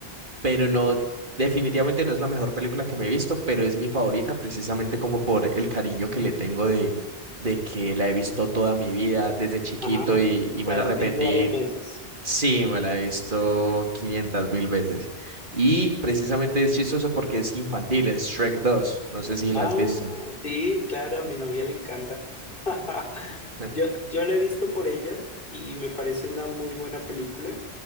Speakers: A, on the right (about 55°); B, on the left (about 60°).
A: pero no, definitivamente no es la mejor película que me he visto, pero es mi favorita precisamente como por el cariño que le tengo de, de que la he visto toda mi vida desde chiquito
B: Ajá.
A: y, y
B: O sea,
A: me la
B: la
A: repetí.
B: has visto varias veces.
A: Sí, me la he visto 500 mil veces. Y precisamente es chistoso porque es infantil, es Shrek dos No sé si la
B: Ah,
A: has visto.
B: sí, claro, a mi novia le encanta. <laughs>
A: <laughs>
B: Yo, yo la he visto por ella y me parece una muy buena película,